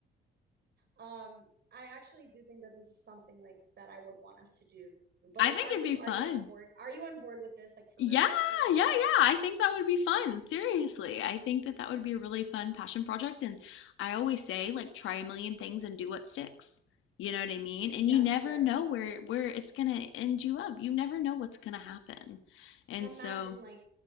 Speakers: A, on the right (about 55°); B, on the left (about 85°).
A: Um, I actually do think that this is something like that I would want us to do. But
B: I
A: like,
B: think
A: are
B: it'd
A: you
B: be fun.
A: are you on board? Are you on board with this? Like for
B: Yeah,
A: real, for real?
B: yeah, yeah. I think that would be fun. Seriously. I think that that would be a really fun passion project. And I always say, like, try a million things and do what sticks. You know what I mean?
A: Yes,
B: And you never
A: yes.
B: know where where it's gonna end you up. You never know what's gonna happen. And
A: Imagine
B: so
A: like